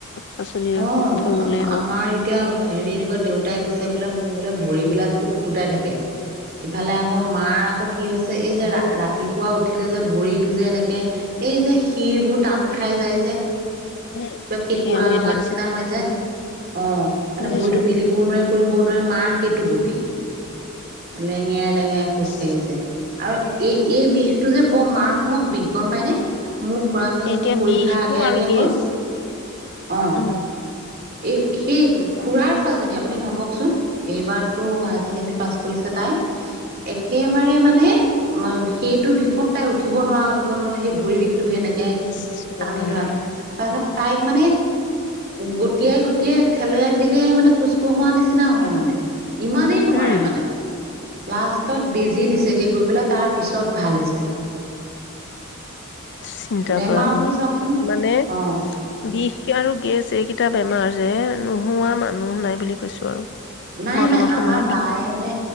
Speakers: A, on the left; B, on the right.
A: পাচলিয়ে
B: অ'
A: হওক ফল মূলেই
B: আ
A: হওক
B: আমাৰ এতিয়া হেৰি লগত দেউতাই কৈছে বোলে বোলে ভৰিবলাক কুট কুটাই থাকে ইফালে আকৌ মাৰ আকৌ কি হৈছে এই যে ৰা ৰাতিপুৱা উঠিলে যে ভৰিতটো যে এনেকে এই যে শিৰবোৰ টান খাই যায় যে কিবা
A: মানে
B: কেঁকোৰা
A: সেয়ামৰি
B: লগা
A: ধৰা
B: নিচিনা হয় যে অ মানে
A: বুজিছ
B: ভৰিতো মেলিবও নোৱাৰে শুবও নোৱাৰে মাই সেইটো গতি লেঙেৰাই খোজকাঢ়িছে
A: ইচ
B: আৰু এই এই বিষ এইটো যে বৰ মাৰাত্মক বিষ গম পায় নে মোৰ খুৰা ছোৱালীজনী
A: এতিয়া
B: পৰীক্ষাৰ
A: বিষটো
B: আগে
A: আৰু
B: আগে
A: গেছ
B: হ'ল অঁ
A: উম
B: এই সেই খুৰাৰ ছোৱালীজনী আপুনি ভাবকচোন এইবাৰতো হায়াৰ ছেকেণ্ডৰী পাছ কৰিছে তাই একেবাৰে মানে সেইটো বিষত তাই উঠিব নোৱাৰা হৈ গ'ল নহয় সেই ভৰি বিষ টো সেনেকে
A: ইচ ৰাম
B: টানি ধৰাটো তাৰপিছত তাইক মানে গটিয়াই গটিয়াই ঠেলিয়াই ঠেলিয়াই মানে খোজকঢ়োৱা নিচিনা হয় মানে ইমানেই নোৱাৰে
A: উম
B: মানে লাষ্টত বেজী দিছেগে গৈ পেলাই তাৰ পিছত ভাল হৈছে।
A: চিন্তা
B: বেমাৰবোৰ
A: কৰা তুমি
B: চাওকচোন
A: মানে
B: অ'
A: বিষ আৰু গেছ এইকেইটা বেমাৰ যে নোহোৱা মানুহ নাই বুলি কৈছো আৰু
B: নাই
A: বৰ্তমান
B: নাই
A: সময়ত
B: আমাৰ বায়ে মানে